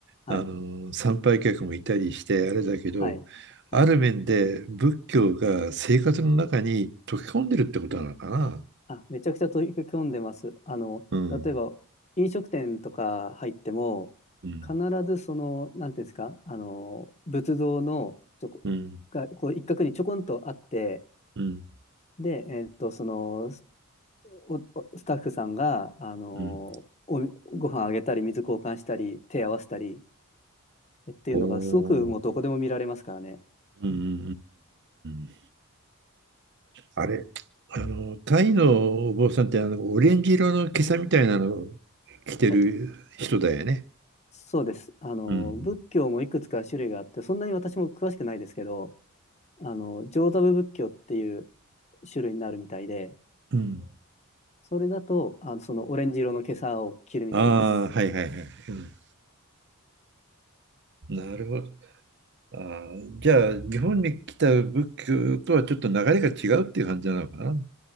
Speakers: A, on the left (about 30°); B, on the right (about 50°).
A: はい。
B: あの参拝客もいたりしてあれだけど、
A: はい。はい。
B: ある面で仏教が生活の中に溶け込んでるってことなのかな。
A: あ、めちゃくちゃ取り組んでます。あの、
B: うん
A: 例えば飲食店とか入っても、
B: うん
A: 必ずその、なんていうんですか、あの、仏像のちょこ、
B: うん
A: がこう一角にちょこんとあって、
B: うん
A: で、えーっと、その、スお、おスタッフさんが、あの、
B: うん
A: お、ご飯あげたり、水交換したり、手合わせたりっていうのが、
B: おお
A: すごくもうどこでも見られますからね。
B: うんうんうんうんうんうんあれ、あの、タイのお坊さんってあの、オレンジ色の袈裟みたいなのを着てる人だよね。
A: はい。そうです。あの、
B: うん。
A: 仏教もいくつか種類があって、そんなに私も詳しくないですけど、あの、上座部仏教っていう種類になるみたいで、
B: うん。
A: それだと、あの、そのオレンジ色の袈裟を着るみたいです。
B: ああ、はいはいはい。うん、なるほど。あーじゃあ、日本に来た仏教とはちょっと流れが違うっていう感じなのかな。うん